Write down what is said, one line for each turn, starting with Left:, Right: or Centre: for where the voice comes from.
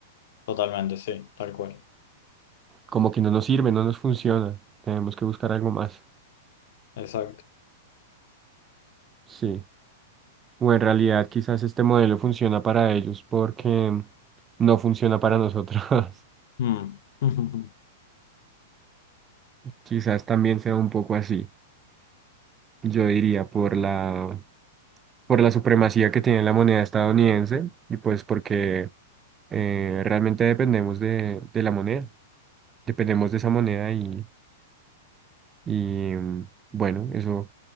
Left: Totalmente, sí, tal cual.
Right: Como que no nos sirve, no nos funciona. Tenemos que buscar algo más.
Left: Exacto.
Right: Sí. O en realidad quizás este modelo funciona para ellos porque no funciona para nosotros. <laughs>
Left: Mm. <laughs>
Right: Quizás también sea un poco así, yo diría, por la, por la supremacía que tiene la moneda estadounidense y pues porque eh, realmente dependemos de, de la moneda, dependemos de esa moneda y, y mm, bueno, eso